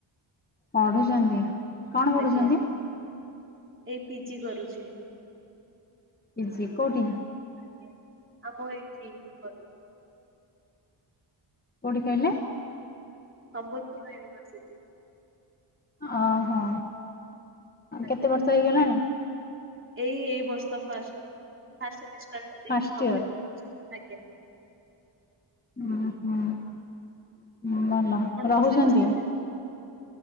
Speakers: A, on the left; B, on the right.
A: ପଢୁଛନ୍ତି କଣ ପଢୁଛନ୍ତି?
B: ଆଜ୍ଞା ଏଇ ପିଜି କରୁଛି।
A: ପିଜି କଉଠି?
B: ଆଜ୍ଞା। ଆମ ମୁଁ ଏଇଠି କରୁଛି।
A: କୋଉଠି କହିଲେ?
B: ସମ୍ବଲପୁର ୟୁନିଭରସିଟି।
A: ଓହୋ।
B: ଆଜ୍ଞା
A: କେତେ ବର୍ଷ ହେଇଗଲାଣି?
B: ଏଇ ଏଇ ବର୍ଷ ଫାଷ୍ଟ। ଫାଷ୍ଟ ସେମିଷ୍ଟାର ଟା ଦେଇଚି
A: ଫାଷ୍ଟ
B: କଂପ୍ଲିଟ୍
A: ଇୟର
B: କରିଚି। ଆଜ୍ଞା। <unintelligible>
A: ଉଁ ହୁଁ। ଭଲ
B: ଆପଣ
A: ରହୁଛନ୍ତି।
B: ରୋଷେଇ କରିସାରିଲେଣି?